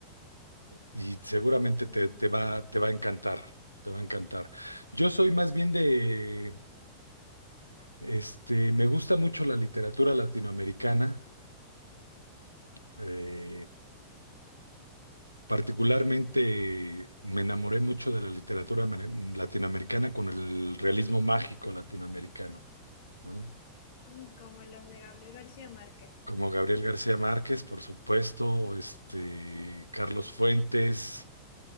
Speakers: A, on the right (about 85°); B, on the left (about 55°).
A: Y seguramente
B: sí,
A: te, te va, te va a encantar, te va a encantar. Yo soy más bien de, este, me gusta mucho la literatura latinoamericana. eh, particularmente me enamoré mucho de la literatura men- latinoamericana con el realismo mágico latinoamericano, ¿no?
B: Mm, como los de Gabriel García Márquez.
A: Como Gabriel García Márquez, por supuesto, este, Carlos Fuentes,